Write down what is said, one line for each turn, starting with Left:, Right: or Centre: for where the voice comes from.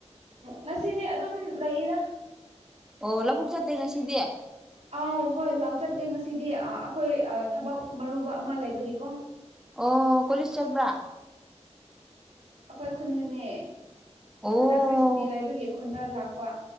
Right: ꯉꯁꯤꯗꯤ ꯑꯗꯨꯝ ꯂꯩꯗ
Centre: ꯑꯣ ꯂꯧꯕꯨꯛ ꯆꯠꯇꯦ ꯉꯁꯤꯗꯤ
Right: ꯑꯥꯎ ꯍꯣꯏ ꯂꯥꯎꯆꯠꯇꯦ ꯉꯁꯤꯗꯤ ꯑ ꯑꯩꯈꯣꯏ ꯊꯕꯛ ꯃꯔꯨꯕ ꯑꯃ ꯂꯩꯕꯒꯤꯀꯣ
Centre: ꯑꯣ ꯀꯣꯂꯦꯁ ꯆꯠꯄꯔꯥ
Right: ꯑꯩꯈꯣꯏ ꯈꯨꯟꯗꯅꯦ
Centre: ꯑꯣ
Right: ꯍꯟꯗꯛꯁꯦ ꯁꯨꯇꯤ ꯂꯩꯕꯒꯤ ꯈꯨꯟꯗ ꯂꯥꯛꯄ